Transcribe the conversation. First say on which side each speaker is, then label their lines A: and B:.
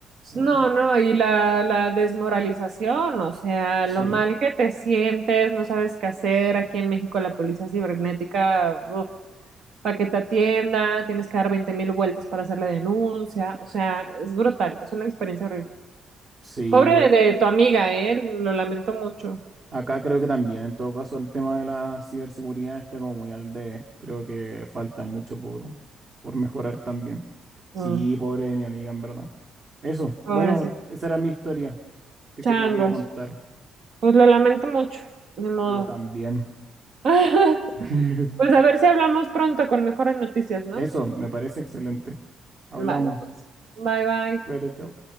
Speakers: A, on the right; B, on the right.
A: la
B: no,
A: verdad.
B: no, y la, la desmoralización, o sea,
A: Sí,
B: lo mal que te sientes, no sabes qué hacer. Aquí en México la policía cibernética, uf, para que te atienda, tienes que dar veinte mil vueltas para hacer la denuncia, o sea, es brutal, es una experiencia horrible.
A: sí,
B: Pobre
A: yo-
B: de, de tu amiga, ¿eh? Lo lamento mucho.
A: acá creo que también, en todo caso, el tema de la ciberseguridad está como muy al debe. Creo que falta mucho por, por mejorar también. Sí,
B: Mm,
A: pobre de mi amiga, en verdad. Eso,
B: pobrecito.
A: bueno, esa era mi historia, te
B: Changos.
A: que la quería contar.
B: Pues lo lamento mucho, ni modo.
A: Yo también.
B: <laughs>
A: <laughs>
B: Pues a ver si hablamos pronto con mejores noticias, ¿no?
A: Eso, me parece excelente. Hablamos.
B: Vale, pues. Bye bye.
A: Cuídate, chao.